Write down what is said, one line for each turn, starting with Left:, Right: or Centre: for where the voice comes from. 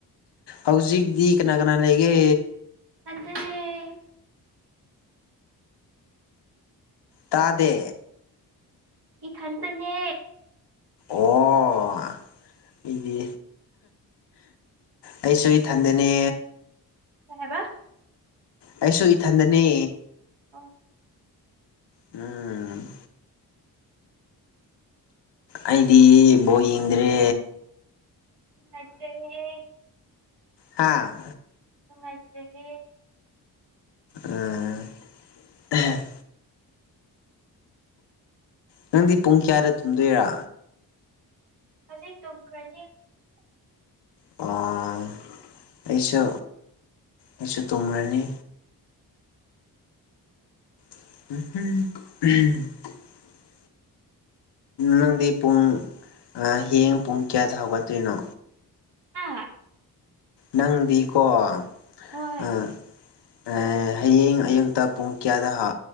Left: ꯍꯧꯖꯤꯛꯗꯤ ꯀꯅꯥ ꯀꯅꯥ ꯂꯩꯒꯦ
Right: ꯏꯊꯟꯇꯅꯦ
Left: ꯇꯥꯗꯦ
Right: ꯏꯊꯟꯇꯅꯦ
Left: ꯑꯣ ꯑꯩꯗꯤ ꯑꯩꯁꯨ ꯏꯊꯟꯗꯅꯦ
Right: ꯀꯩ ꯍꯥꯏꯕ
Left: ꯑꯩꯁꯨ ꯏꯊꯟꯗꯅꯦ
Right: ꯑꯣ
Left: ꯎꯝ ꯑꯩꯗꯤ ꯕꯣꯜ ꯌꯦꯡꯗ꯭ꯔꯦ
Right: ꯅꯠꯇꯦꯍꯦ
Left: ꯍꯥꯥ
Right: ꯅꯨꯡꯉꯥꯏꯇ꯭ꯔꯦꯍꯦ
Left: ꯎꯝ ꯑꯍ ꯅꯪꯗꯤ ꯄꯨꯡ ꯀꯌꯥꯗ ꯇꯨꯝꯗꯣꯏꯔꯥ
Right: ꯍꯧꯖꯤꯛ ꯇꯨꯝꯈ꯭ꯔꯅꯤ
Left: ꯑꯣ ꯑꯩꯁꯨ ꯑꯩꯁꯨ ꯇꯨꯝꯔꯥꯅꯤ
Right: <inaudible>
Left: <unintelligible> ꯅꯪꯗꯤ ꯄꯨꯡ ꯑꯥ ꯍꯌꯦꯡ ꯄꯨꯡ ꯀꯌꯥꯗ ꯍꯧꯒꯠꯇꯨꯏꯅꯣ
Right: ꯍꯥ
Left: ꯅꯪꯗꯤꯀꯣ ꯑꯥ
Right: ꯍꯣꯏ
Left: ꯑꯥ ꯍꯌꯦꯡ ꯑꯌꯨꯛꯇ ꯄꯨꯡ ꯀꯌꯥꯗ ꯍꯥ